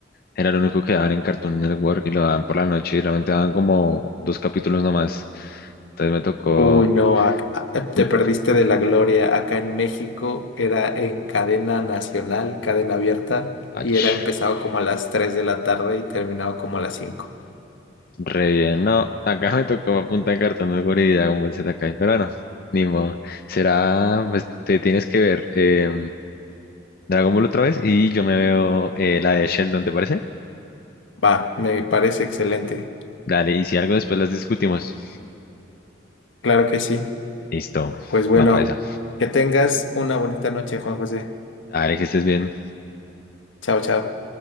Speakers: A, on the left (about 50°); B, on the left (about 85°).
A: era lo único que daban en Cartoon Network y lo daban por la noche y realmente daban como dos capítulos nomás. Entonces me tocó
B: Uy, no, ac- a- te
A: Mm,
B: perdiste de la gloria. Acá en México era en cadena nacional, cadena abierta,
A: ach,
B: y era empezaba como a las 3 de la tarde y terminaba como a las cinco.
A: re bien, no. Acá me tocó punta de cartón de Guri con Dragon Ball Z pero bueno, ni modo. Será, pues te tienes que ver eh, Dragon Ball otra vez y yo me veo eh, la de Sheldon, ¿te parece?
B: Va, me parece excelente.
A: Dale, y si algo después las discutimos.
B: Claro que sí.
A: Listo,
B: Pues bueno,
A: va para esa.
B: que tengas una bonita noche, Juan José.
A: Dale, que estés bien.
B: Chao, chao.